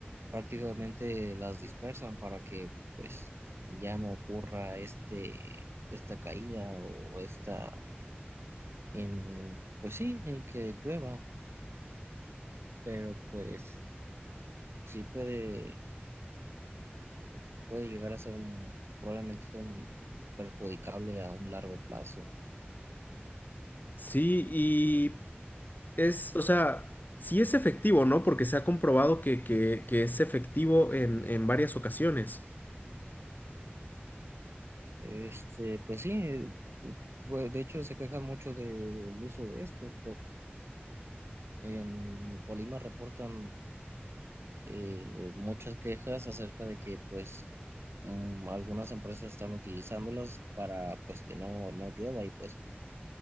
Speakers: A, on the right (about 80°); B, on the left (about 50°).
A: prácticamente las dispersan para que pues ya no ocurra este, esta caída o esta, em, pues sí, en que llueva, pero pues sí puede, puede llegar a ser un- probablemente un perjudicable a un largo plazo.
B: Sí, y es, o sea, sí es efectivo, ¿no? Porque se ha comprobado que, que, que es efectivo en, en varias ocasiones.
A: Este, pues sí, eh, bu- de hecho se quejan mucho del uso de esto. En Colima reportan eh, muchas quejas acerca de que pues mm, algunas empresas están utilizándolas para pues que no, no llueva y pues